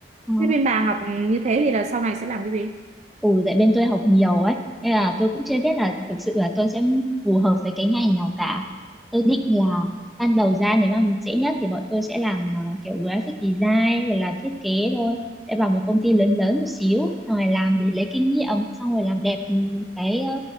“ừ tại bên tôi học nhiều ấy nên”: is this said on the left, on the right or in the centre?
Centre